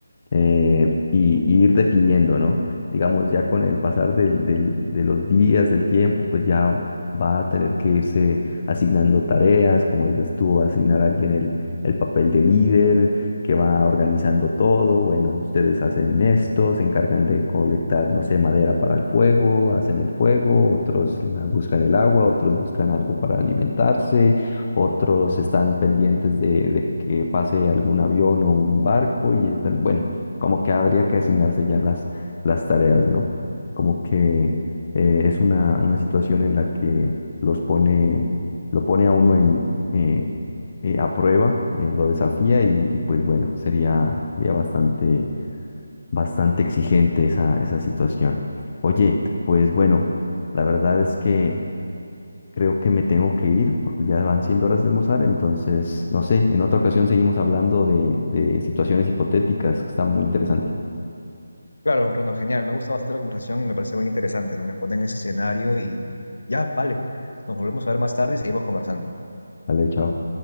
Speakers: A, on the left; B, on the left.
A: eh, y, y ir definiendo, ¿no? Digamos, ya con el pasar del- del- de los días, del tiempo, pues ya va a tener que irse asignando tareas, como dices tú, va a asignar a alguien el, el papel de líder, que va organizando todo, bueno, ustedes hacen esto, se encargan de colectar, no sé, madera para el fuego, hacen el fuego, otros la- buscan el agua, otros buscan algo para alimentarse otros están pendientes de, de que pase algún avión o un barco y están, bueno, como que habría que asignarse ya las, las tareas, ¿no? Como que eh, es una, una situación en la que los pone, lo pone a uno en, eh, eh, a prueba, eh, lo desafía y, y pues bueno, sería, sería bastante, bastante exigente esa, esa situación. Oye, pues bueno, la verdad es que creo que me tengo que ir porque ya van siendo horas de almorzar, entonces, no sé, en otra ocasión seguimos hablando de, de situaciones hipotéticas, que está muy interesante.
B: Claro, Ronald, genial, me ha gustado bastante la conversación y me parece muy interesante, ¿no? Me ponen en ese escenario y ya, vale, nos volvemos a ver más tarde y seguimos conversando.
A: Vale, chao.